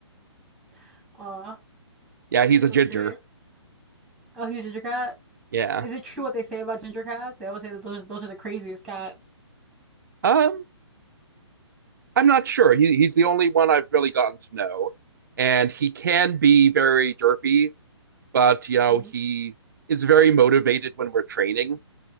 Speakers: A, in the centre; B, on the right.
A: <laughs> Aw,
B: Yeah,
A: that's
B: he's a
A: that's
B: ginger.
A: great. Oh, he's a ginger cat?
B: Yeah.
A: Is it true what they say about ginger cats? They always say that those those are the craziest cats.
B: Um, I'm not sure. He he's the only one I've really gotten to know, and he can be very derpy but you know
A: Mm-hmm.
B: he is very motivated when we're training.